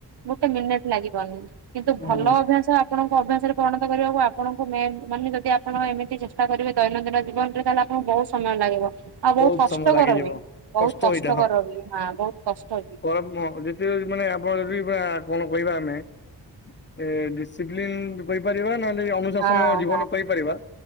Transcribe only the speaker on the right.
ଗୋଟେ ମିନିଟ୍ ଲାଗିବନି। କିନ୍ତୁ,
ଭଲ ଅଭ୍ୟାସ ଆ ପଣଙ୍କ ଅଭ୍ୟାସରେ ପରିଣତ କରିବାକୁ, ଆପଣଙ୍କୁ ମେମ୍ ଭି ମାନେ ଯଦି ଆପଣ ଏମିତି ଚେଷ୍ଟା କରିବେ, ଦୈନନ୍ଦିନ ଜୀବନରେ ତାହେଲେ ଆପଣ ଙ୍କୁ ବୋହତ୍ ସମୟ ଲାଗିବ। ଆଉ ବୋହୁତ୍
କଷ୍ଟକର
ବି। ବୋହୁତ୍
କଷ୍ଟକର
ବି। ହଁ। ବୋହୁତ କଷ୍ଟ। ବି।
ହଁ
ହଁ